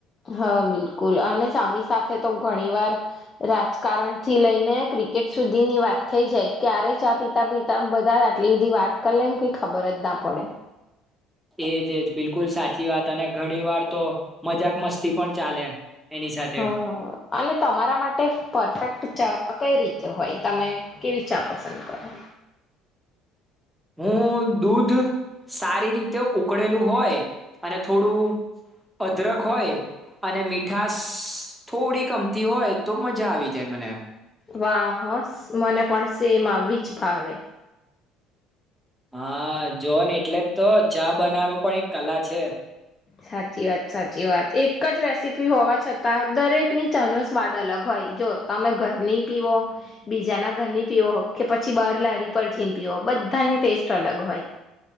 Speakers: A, on the left; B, in the centre.
A: હા બિલકુલ અને ચાની સાથે તો ઘણી વાર રાજકારણ થી લઈને ક્રિકેટ સુધી ની વાત થઈ જાય, ક્યારે ચા પિતા પિતા બધા આટલી બધી વાત કર લે કઈ ખબર જ ના પડે.
B: એજ એજ બિલકુલ સાચી વાત અને ઘણી વાર તો મજાક મસ્તી પણ ચાલે. એની સાથે
A: હ અને તમારા માટે પરફેક્ટ ચા કઈ રીતે હોય તમે કેવી ચા પસંદ કરો?
B: હું દૂધ સારી રીતે ઉકળેલું હોય અને થોડું અદરક હોય અને મીઠાશ થોડી અમથી હોય તો મજા આવી જાય મને.
A: વા હ મને પણ સેમ આવી જ ફાવે.
B: હા જોન એટલે જ તો ચા બનાવાનું પણ એક કલા છે.
A: સાચી વાત સાચી વાત એક જ રેસીપી હોવા છતાં દરેક ની ચાહનો સ્વાદ અલગ હોય. જો તમે ઘરની પીવો બીજાના ઘરની પીવો કે પછી બાર લારી પર જીન પીવો બધાની ટેસ્ટ અલગ હોય.